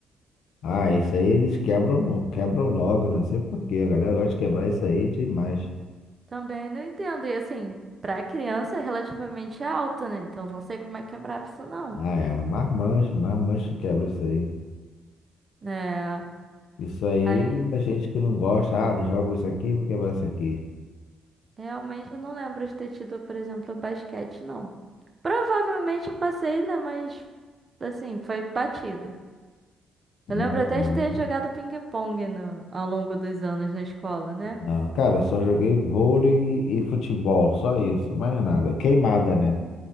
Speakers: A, on the left; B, on the right.
A: Ah, isso aí eles quebram, quebram logo, né? não sei por quê. A galera gosta de quebrar isso aí demais.
B: <laughs> Também não entendo. E assim, pra criança é relativamente alta, né, então não sei como é que quebrava isso não.
A: Ah, é, marmanjo, marmanjo que quebra isso aí.
B: É,
A: Isso aí,
B: aí
A: a gente que não gosta, ah, não jogo isso aqui, vou quebrar isso aqui.
B: realmente eu não lembro de ter tido, por exemplo, basquete, não. Provavelmente eu passei, né? Mas Assim, foi batido.
A: Não,
B: Eu lembro até
A: é-
B: de ter jogado ping-pong no- ao longo dos anos na escola, né?
A: não. Cara, eu só joguei vôlei e futebol, só isso, mais nada. Queimada, né?